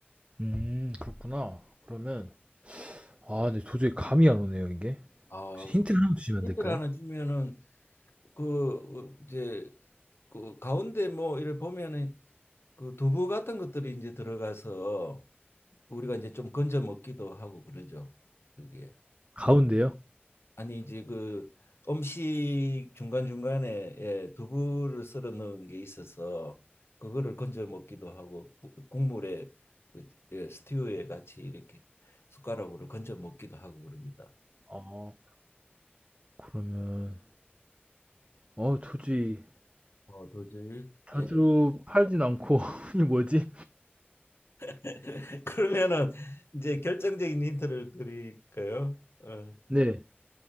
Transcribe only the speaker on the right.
음 그렇구나. 그러면 아 근데 도저히 감이 안 오네요 이게.
혹시 힌트 하나 주시면 안
될까요?
가운데요?
어 그러면 어 도저히
자주
팔진 않고 <laughs> 이 뭐지?
네.